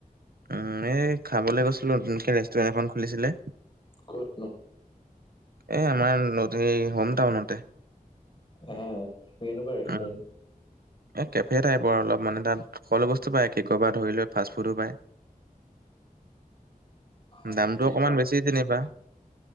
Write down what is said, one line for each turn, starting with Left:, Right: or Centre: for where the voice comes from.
Right: উম এই খাবলৈ গৈছিলো নতুন ৰেষ্টুৰেণ্ট এখন খুলিছিলে।
Left: কত নো?
Right: এ আমাৰ এই হোম টাউনতে।
Left: হা কেনেকুৱা ৰেষ্টুৰেণ্ট?
Right: উম, এই কেফে টাইপৰ অলপ মানে তাত সকলো বস্তু পায় কে'কৰ পৰা ধৰি ল ফাষ্ট ফুডো পায়।
Left: অ
Right: দামটো
Left: কি
Right: অকমান
Left: ক
Right: বেছি যেনিবা।